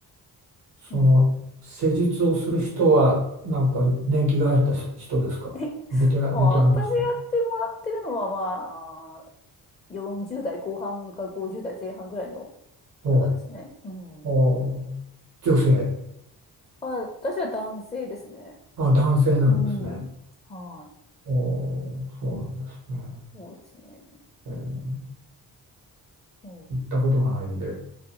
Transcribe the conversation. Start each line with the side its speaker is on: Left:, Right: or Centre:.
Left: うん。
Right: その施術をする人は、なんか年季が入った人ですか。
Left: で、
Right: ベテラン、
Left: まあ私がやってもらってるのはまあ、
Right: ベテランの人。
Left: 40代後半か50代前半ぐらいの
Right: ほう、
Left: 方ですね。うん。
Right: ほう、女性、
Left: まあ、私は男性ですね。
Right: あ、男性なんですね。
Left: うん。はい。
Right: おお、そうなんですね。
Left: そうですね。
Right: えー
Left: うん。
Right: 行ったことがないんで、